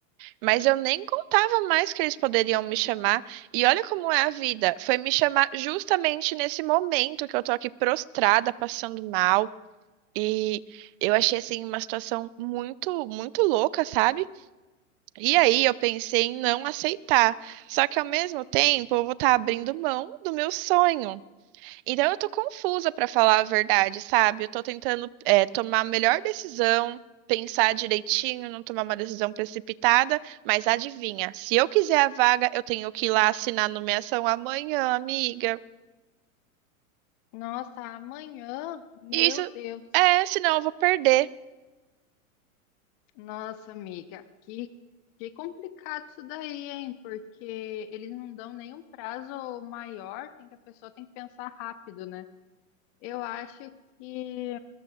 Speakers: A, on the right; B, on the left.
A: Mas eu nem contava mais que eles poderiam me chamar. E olha como é a vida. Foi me chamar justamente nesse momento que eu tô aqui prostrada, passando mal. E eu achei assim uma situação muito, muito louca, sabe? E aí eu pensei em não aceitar. Só que ao mesmo tempo eu vou estar abrindo mão do meu sonho. Então eu tô confusa pra falar a verdade, sabe? Eu tô tentando é, tomar a melhor decisão, pensar direitinho, não tomar uma decisão precipitada, mas adivinha, se eu quiser a vaga, eu tenho que ir lá assinar a nomeação amanhã, amiga.
B: Nossa, amanhã, meu
A: E isso
B: Deus,
A: é, senão eu vou perder.
B: nossa amiga, que que complicado isso daí, hein? Porque eles não dão nenhum prazo maior, tem que a pessoa tem que pensar rápido, né? Eu acho que